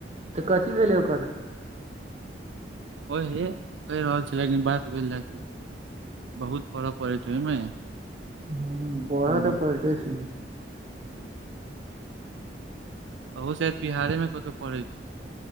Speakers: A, on the right (about 35°); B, on the right (about 80°).
A: तऽ कथि भेलै ओकर।
B: ओहे कहि रहल छी, लेकिन बात भेल जा छै, बहुत पऽ पढेत छै, ओहिमे
A: अहा
B: हम्म,
A: बौआ तऽ पढ़ते छै।
B: ओहो शायद बिहारे मे कतहु पढ़ै छै।